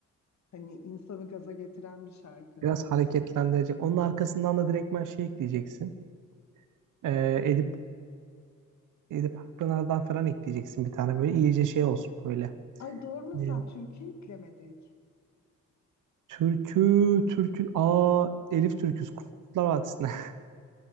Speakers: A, on the left (about 65°); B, on the right (about 90°).
A: Hani insanı gaza getiren bir şarkı.
B: Biraz hareketlendirecek. Onun arkasından da direktmen şey ekleyeceksin. E, Edip, Edip Akpınar'dan falan ekleyeceksin bir tane böyle. iyice şey olsun böyle.
A: Ay doğru mesela
B: E,
A: türkü eklemedik.
B: türkü, türkü. Aa Elif Türküs. Kurtlar Vadisi'nden. <laughs>